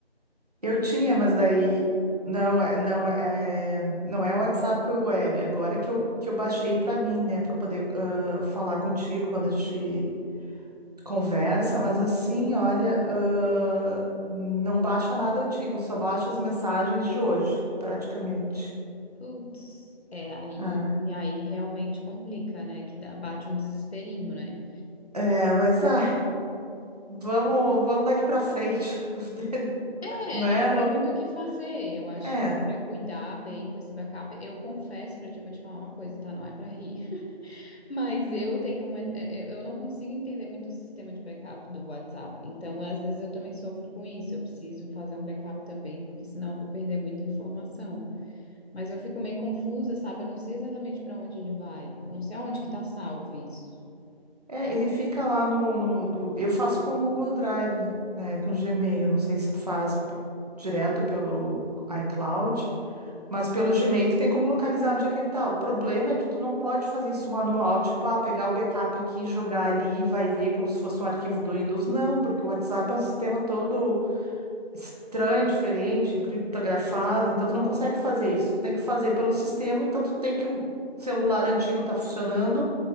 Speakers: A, on the right (about 40°); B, on the left (about 75°).
A: Eu tinha, mas daí não é, não é, não é o WhatsApp Web, agora que eu, que eu baixei para mim, né, para poder ah, falar contigo quando a gente conversa, mas assim, olha, ah, não baixa nada antigo, só baixa as mensagens de hoje, praticamente.
B: Putz, é, aí,
A: Ah,
B: aí realmente complica, né? Que dá, bate um desesperinho, né?
A: É, mas ah, vamos, vamos daqui para frente, <laughs>
B: É,
A: né?
B: não tem
A: Vamos,
B: muito o que fazer. Eu acho
A: é.
B: que agora é cuidar bem com esse backup. Eu confesso pra ti, eu vou te falar uma coisa, tá? Não é pra rir. <laughs> Mas eu tenho uma. é, é, Eu não consigo entender muito o sistema de backup do WhatsApp. Então, às vezes, eu também sofro com isso. Eu preciso fazer um backup também, porque senão eu vou perder muita informação. Mas eu fico meio confusa, sabe? Eu não sei exatamente pra onde ele vai. Eu não sei aonde que tá salvo isso.
A: É, ele fica lá no, no, no- Eu faço com o Google Drive, né? Com Gmail. Não sei se tu faz p- direto pelo iCloud, mas pelo Gmail tu tem como localizar onde é que ele tá. O problema é que tu não pode fazer isso manual, tipo, ah, pegar o backup aqui, jogar ali e vai ver como se fosse um arquivo do Windows. Não, porque o WhatsApp é um sistema todo estranho, diferente, encriptografado, então tu não consegue fazer isso. Tu tem que fazer pelo sistema, então tu tem que o celular antigo tá funcionando.